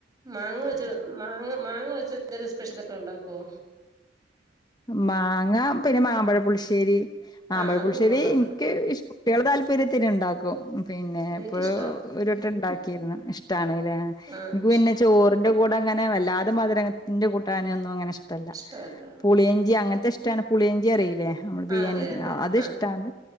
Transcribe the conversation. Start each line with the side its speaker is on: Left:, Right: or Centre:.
Right: മാങ്ങ വെച്ച് മാങ്ങ മാങ്ങ വെ ന്ത സ്പെഷ്യൽ ഒക്കെ ഉണ്ടാക്കുവോ
Left: മാങ്ങ പിന്നെ മാമ്പഴ പുളിശ്ശേരി മാമ്പഴ
Right: ആഹ് അത്
Left: പുളശ്ശേരി
Right: നമ്മളുണ്ടാക്കും
Left: എനിക്ക് കുട്ടികളൾ താല്പര്യത്തിന് ഉണ്ടാക്കും പിന്നെ
Right: എനിക്കിഷ്ടാ
Left: ഇപ്പൊഒരു ഒരു വട്ടം ണ്ടാ ക്കിര്ന്നു ഇഷ്ട്ടാണ് ഏ
Right: ആഹ്
Left: ഇൻക് പിന്നെ ചോറി ന്റെകൂടെ അങ്ങനെ വല്ലാതെ മധു രത്തിന്റെ കൂ ട്ടാൻ ഒന്നും അങ്ങനെ ഇഷ്ട്ടല്ല
Right: ഇഷ്ടല്ല
Left: പുളിയഞ്ചി അങ്ങനത്തെ ഇഷ് ട്ടാണ് പുളിയാഞ്ചി അറിയി ല്ലെ അമ്മൾ ബിരിയാണിക്ക്
Right: ആഹ് അറിയാ അറിയാ
Left: ആ അതിഷ്ട്ടാണ്
Right: ആഹ്